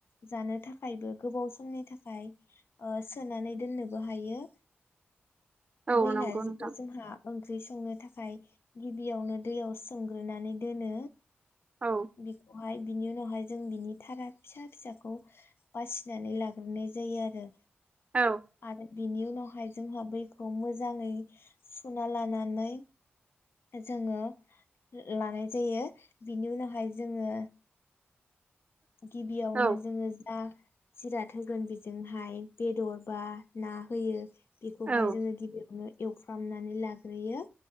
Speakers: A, on the left (about 65°); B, on the right (about 30°).
A: जानो थाखायबो गोबाव समनि थाखाय ओ सोनानै दोननोबो हायो
B: <inaudible>
A: बै
B: नंगौ
A: नारजिखौ
B: नोंथां
A: जोंहा ओंख्रि संनो थाखाय गिबियावनो दैयाव सोमग्रोनानै दोनो
B: औ
A: बिखौहाय बिनि उनावहाय जों बिनि थारा फिसा फिसाखौ बासिनानै लाग्रोनाय जायो आरो।
B: औ
A: आरो बिनि उनाव हाय जोंहा बैखौ मोजाङै सुना लानानै जोङो लानाय जायो बिनि उनावहाय जोङो गिबियावनो
B: औ
A: जोङो जा जिराद होगोन बेजोंहाय बेदर बा ना होयो बेखौहाय
B: औ
A: जोङो गिबियावनो एवफ्रामनानै लाग्रोयो